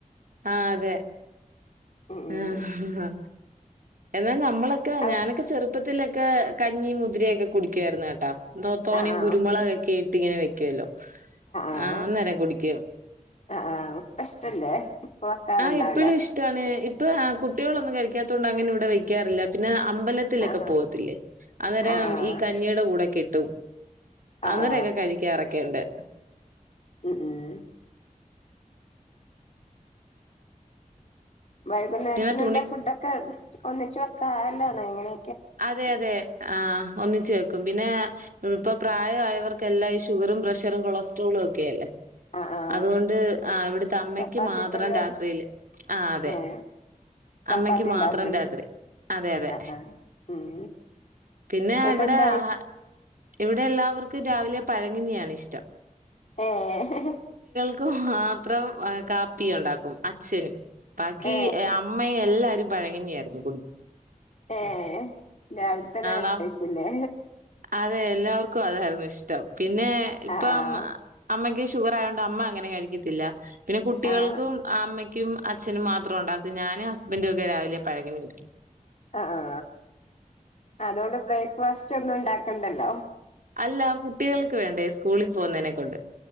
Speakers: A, on the right (about 80°); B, on the left (about 55°).
A: ആഹ് അതെ
B: ഉം
A: ആഹ്ഹ് എന്നാൽ നമ്മളൊക്കെ
B: ആഹ്
A: ഞാനൊക്കെ ചെറുപ്പത്തിൽ കഞ്ഞി മുതിരയൊക്കെ കുടിക്കുവായിരുന്നു കേട്ടാ ന്തോ തോനയും
B: ആഹ് ആഹ്
A: കുരുമുളകൊക്കെ ഇട്ട് ഇങ്ങനെ വെക്കുവല്ലോ
B: ആഹ്
A: ആ അന്നേരെ കുടിക്കും
B: ആഹ് ആഹ് ഇപ്പ ഇഷ്ടല്ലേ ഇപ്പ വെക്കാറുണ്ടാവൂല
A: ആഹ ഇപ്പോഴും ഇഷ്ടാണ് ഇപ്പ കുട്ടികളൊന്നും കഴിക്കാത്ത കൊണ്ട് അങ്ങനെ ഇവിടെ വെക്കാറില്ല പിന്നെ അമ്പലത്തിലൊക്കെ
B: ആഹ്
A: പോകത്തില്ലേ അന്നേരം
B: ആഹ് ആഹ്
A: ഈ കഞ്ഞിയുടെ കൂടെക്കെ ഇട്ടും
B: ആഹ്
A: അന്നേരൊക്കെ കഴിക്കാറക്കെ ഒക്കെയണ്ട്
B: ഉ ഉം വൈകുന്നേരത്തിന്
A: പിന്നെ തുണി
B: എന്താ ഫുഡൊക്കെ ഒന്നിച്ചു വെക്കാറല്ലാണോ എങ്ങനെ
A: അതെ അതെ ആ ഒന്നിച്ചു വെക്കും പിന്നെ ഇപ്പൊ പ്രായമായവർക്കെല്ലാം ഈ ഷുഗറും പ്രഷറും കൊളസ്ട്രോളും ഒക്കെയല്ലേ
B: ആഹ് ആഹ്
A: അതുകൊണ്ട് ആ ഇവിടുത്തെ അമ്മക്ക്
B: ചപ്പാത്തി
A: മാത്രം
B: പരിപാടി
A: രാത്രിയില് ആ അതെ
B: ഏഹ് ചപ്പാത്തി
A: അമ്മക്ക്
B: ഇണ്ടാക്കും
A: മാത്രം രാത്രി അതെ അതെ
B: ആഹ് ആഹ് ഉം
A: പിന്നെ
B: എന്നിട്ടെന്തായി
A: ഇവിടെ ആഹ ഇവിടെ എല്ലാവർക്കും രാവിലെ പഴങ്ങഞ്ഞിയാണ് ഇഷ്ടം
B: ആഹ
A: ന മാത്രം കാപ്പി ഉണ്ടാക്കും അച്ഛനും ബാക്കി
B: ഏഹ്
A: അമ്മെ എല്ലാരും പഴങ്ങിയായിരുന്നു
B: ഏ ഇല്ല അവ തന ആക്കല്ലേ
A: നം അതെ എല്ലാവർക്കും അതായിരുന്നു ഇഷ്ടം പിന്നെ ഇപ്പ
B: ആഹ് ആഹ്
A: അമ്മക്ക് ഷുഗർ ആയൊണ്ട് അമ്മ അങ്ങനെ കഴിക്കത്തില്ല പിന്നെ കുട്ടികൾക്കും
B: ആഹ്
A: അമ്മ അച്ഛനും മാത്രം ഉണ്ടാക്ക ഞാനും ഹസ്ബൻഡറും ഒക്കെ രാവിലെ പഴകി വിടിക്കും
B: ആ ആ അതോണ്ട് ബ്രേക്ക്ഫാസ്റ്റ് ച്ച് ഒന്നും ഉണ്ടാക്കണ്ടല്ലോ
A: അല്ല കുട്ടികൾക്ക് വേണ്ടേ സ്കൂളിൽ പോന്നെനെ കൊണ്ട്